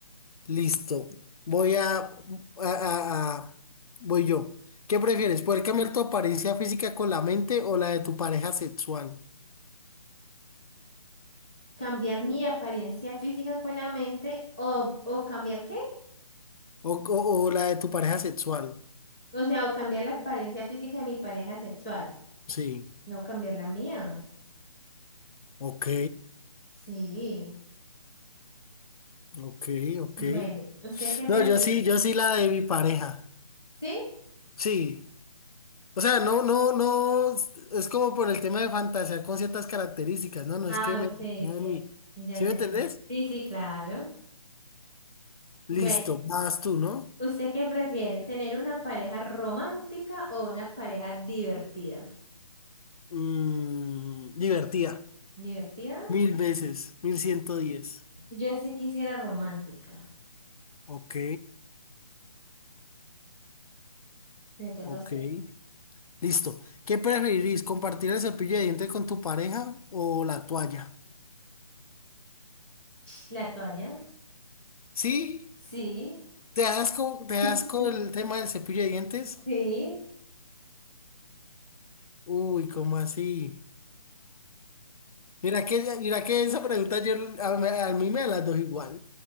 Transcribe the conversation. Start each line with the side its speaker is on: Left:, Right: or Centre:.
Left: Listo. Voy a, a- a- a- Voy yo. ¿Qué prefieres? ¿Poder cambiar tu apariencia física con la mente o la de tu pareja sexual?
Centre: cambiar mi apariencia física con la mente o, o cambiar qué?
Left: O, o- o la de tu pareja sexual.
Centre: O sea, o cambiar la apariencia física de mi pareja sexual,
Left: Sí.
Centre: no cambiar la mía.
Left: Ok,
Centre: Sí,
Left: ok, ok.
Centre: bueno, ¿usted qué prefiere?
Left: No, yo sí, yo sí la de mi pareja.
Centre: ¿Sí?
Left: Sí. O sea, no, no, no. Es es como por el tema de fantasear con ciertas características, ¿no? No
Centre: Ah,
Left: es que me...
Centre: ok,
Left: me-
Centre: ok.
Left: mi-
Centre: Ya,
Left: ¿Sí
Centre: ya,
Left: me entendés?
Centre: ya. Sí, sí, claro.
Left: Listo,
Centre: Bueno,
Left: vas tú, ¿no?
Centre: ¿usted qué prefiere? ¿Tener una pareja romántica o una pareja divertida?
Left: Mm, divertida.
Centre: ¿Divertida?
Left: Mil veces. Mil ciento diez.
Centre: Yo sí quisiera romántica.
Left: Ok,
Centre: Le toca
Left: ok.
Centre: a usted.
Left: Listo. ¿Qué preferirís? ¿Compartir el cepillo de dientes con tu pareja o la toalla?
Centre: ¿La toalla?
Left: ¿Sí?
Centre: Sí.
Left: ¿Te das con, te das
Centre: <laughs>
Left: con el tema del cepillo de dientes?
Centre: Sí,
Left: Uy, ¿cómo así? Mira que, mira que esa pregunta yo, a, mí a mí me las dos igual.